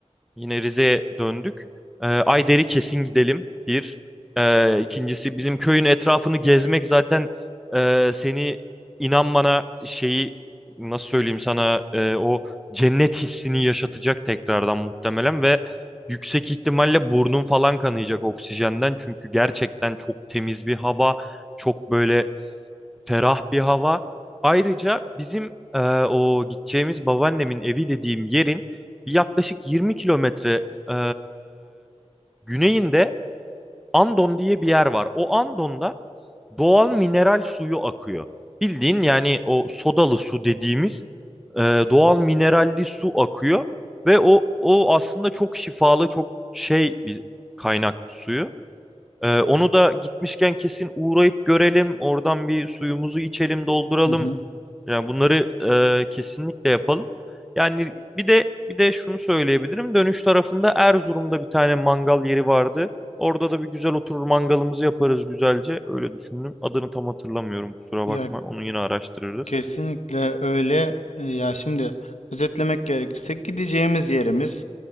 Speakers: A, in the centre; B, on the left.
A: Yine Rize'ye döndük. Ee, Ayder'i kesin gidelim. Bir. Ee, ikincisi bizim köyün etrafını gezmek zaten e, seni inan bana şeyi nasıl söyleyeyim sana e, o cennet hissini yaşatacak tekrardan muhtemelen ve yüksek ihtimalle burnun falan kanayacak oksijenden. Çünkü gerçekten çok temiz bir hava. Çok böyle ferah bir hava. Ayrıca bizim e, o gideceğimiz babaannemin evi dediğim yerin bir yaklaşık 20 kilometre e, güneyinde Andon diye bir yer var. O Andon'da doğal mineral suyu akıyor. Bildiğin yani o sodalı su dediğimiz e, doğal mineralli su akıyor ve o o aslında çok şifalı, çok şey bir kaynak suyu. Ee, onu da gitmişken kesin uğrayıp görelim. Oradan bir suyumuzu içelim, dolduralım.
B: Hı hı.
A: Yani bunları e, kesinlikle yapalım. Yani bir de bir de şunu söyleyebilirim. Dönüş tarafında Erzurum'da bir tane mangal yeri vardı. Orada da bir güzel oturur mangalımızı yaparız güzelce. Öyle düşündüm. Adını tam hatırlamıyorum kusura
B: Ya
A: bakma. Onu yine araştırırız.
B: Kesinlikle öyle. E, Ya şimdi özetlemek gerekirse gideceğimiz yerimiz